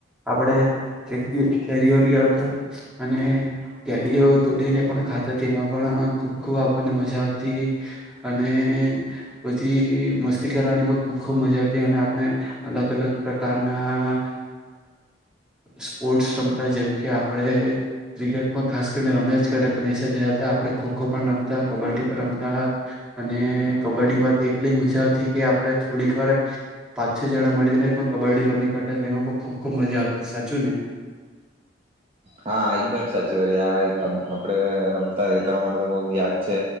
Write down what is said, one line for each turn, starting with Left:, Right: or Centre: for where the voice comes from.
Centre: આપણે કેરીઓ લ આવતા અને કેરીઓ તોડીને પણ ખાતા તેમાં પણ ખૂબ ખૂબ આપણને મજા આવતી અને બધી મસ્તી કરવાની પણ ખૂબ ખૂબ મજા હતી અને આપણે અલગ અલગ પ્રકારના સ્પોર્ટ્સ રમતા જેમ કે આપણે ક્રિકેટ પણ ખાસ કરીને રમ્યા જ કરતા ન થયા હતા આપણે ખોખો પણ રમતા કબડ્ડી પણ રમતા અને કબડ્ડીમાં તો એટલી મજા આવતી કે આપણે થોડીક વાર પાછું જણા મળીને કબડ્ડી રમી કર એમાં પણ ખૂબ ખૂબ મજા આવતી સાચું ને
Right: હા એકદમ સાચ વા આપડે રમતા રહેતા હો મને તો બહુ યાદ છે